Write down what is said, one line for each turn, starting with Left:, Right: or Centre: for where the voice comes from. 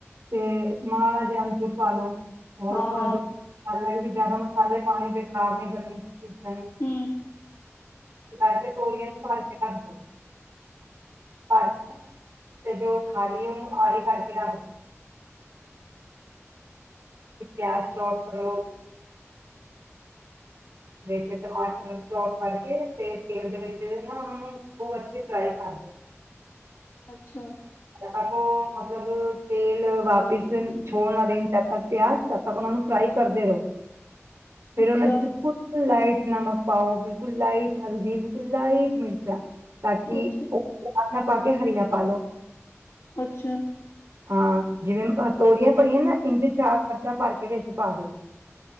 Right: ਤੇ ਮਾੜਾ ਜਿਆ ਅੰਬਚੂਰ ਪਾਲੋ। ਹੋਰ
Left: ਹਾਂ-ਹਾਂ,
Right: ਥੋੜਾ ਜਿਹਾ, ਮਸਾਲਾ ਇਹਦੇ ਵਿੱਚ ਜਿਆਦਾ ਮਸਾਲੇ ਪਾਣੀ ਬੇਕਾਰੀ ਗਰਮੀ ਚ ਸਜ
Left: ਹੂੰ।
Right: ਕਰਕੇੋ ਤੋਲੀਏ ਨੂੰ ਭਰ ਕੇ ਰੱਖ ਦਿ ਭਰ ਤੇ ਜੋ ਥਾਲੀ ਉਹਨੂੰ ਆੜੀ ਕਰਕੇ ਰੱਖਦੋ। ਪਿਆ ਚੌ <unintelligible> ਕਰੋ ਟਮਾਟਰ <inaudible> ਚੌਪ ਕਰਕੇ ਤੇ ਤੇਲ ਦੇ ਵਿੱਚ ਨਾਂ ਉਹਨਾਂ ਨੂੰ ਬ ਅੱਛੀ ਫਰਾਈ ਕਰ ਦੋ।
Left: ਅੱਛਾ,
Right: ਤਾ ਕੋ ਮਤਲਬ ਤੇਲ ਵਾਪਿਸ ਛੋੜਨਾ ਦੇਣ ਜਦ ਤੱਕ ਪਿਆਜ਼ ਤਦ ਤੱਕ ਉਹਨਾਂ ਨੂੰ ਫਰਾਈ ਕਰਦੇ ਰਹੋ ਫੇਿਰ
Left: ਅੱਛਾ,
Right: ਉਹਨਾ ਚ ਬਿਲਕੁਲ ਲਾਈਟ ਨਮਕ ਪਾਓ ਬਿਲਕੁਲ ਲਾਈਟ ਹਲਦੀ ਬਿਲਕੁਲ ਲਾਈਟ ਮਿਰਚਾਂ ਤਾਂ ਕਿ
Left: ਅੱਛਾ,
Right: ਉਹ ਪਿਆਜ ਨਾ ਪਾ ਕੇ ਹਰੀਆਂ ਪਾਾਲੋ
Left: ਅੱਛਾ
Right: ਹਾਂ ਜਿਵੇਂ ਤੋਰੀਆਂ ਭਰੀਆਂ ਨਾ ਇੰਝ ਚਾਰ ਮਰਚਾ ਭਰ ਕੇ ਵਿੱਚ ਪਾ ਦਿਓ,